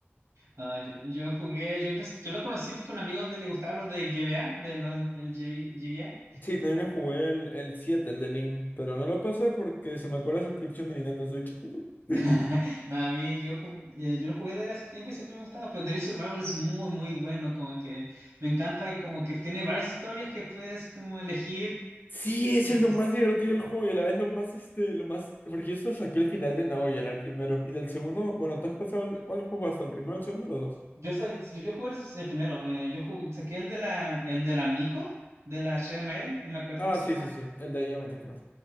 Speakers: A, on the right; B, on the left.
A: Ah, yo, yo jugué, yo, empecé- yo lo conocí porque a un amigo de- le gustaba los de GBA, de los del GB, GBA.
B: Sí, también me jugué el, el 7 el de Link, pero no lo pasé porque se me acabó la suscripción de Nintendo Switch. <laughs>
A: <laughs> No, a mí yo, ju- eh, yo lo jugué de hace tiempo y siempre me gustaba, pero Devil Survivor es muy, muy bueno, como que me encanta, como que tiene varias historias que puedes como elegir.
B: Sí, eso
A: Entonces,
B: es lo más divertido del juego y a la vez lo más, este, lo más... Porque yo solo saqué el final de Naoya, el primero. Y del segundo, bueno, ¿te has pasado el... ¿Cuál juego hasta el primero, el segundo, los dos?
A: yo, sa- yo jugué el el primero, eh, yo ju- saqué el de la, el de la Miko, de la Shreya Maiden, no me acuerdo
B: Ah,
A: cómo se
B: sí,
A: llamaba.
B: sí, sí, el de Ayame, creo.